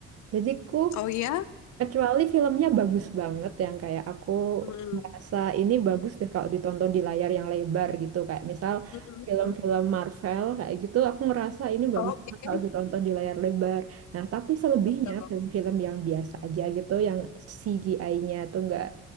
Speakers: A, on the right (about 50°); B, on the left (about 70°).
A: Jadi ku
B: Oh ya?
A: kecuali filmnya bagus banget yang kayak aku
B: Mm-mm.
A: merasa ini bagus deh kalau ditonton di layar yang lebar gitu kayak misal
B: Mm-mm, mm-mm.
A: film-film Marvel kayak gitu aku ngerasa ini bagus
B: Oke,
A: banget kalau ditonton di layar lebar. Nah, tapi selebihnya
B: betul.
A: film-film yang biasa aja gitu yang CGI-nya tuh nggak